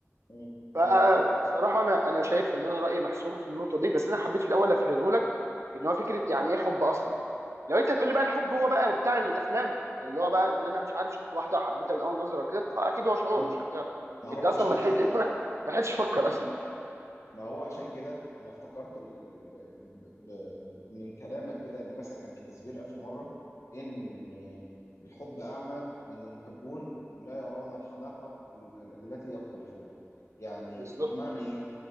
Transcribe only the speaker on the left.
مم.
ايوه
مم.
ما هو
عشان
كده
ت-
ما هو عشان كده انا افتكرت ال ال يعني ب ب من كلامك كده يعني مثلا كان شكسبير الف مره ان الحب اعمى وان المحبون لا يرون الحماقه ال ال التي يقترفون يعني
معنى ايه